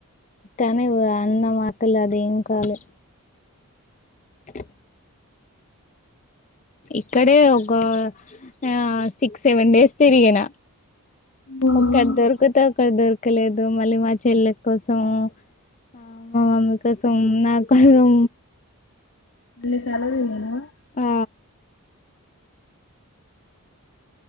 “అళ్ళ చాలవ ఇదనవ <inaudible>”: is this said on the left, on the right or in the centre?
Left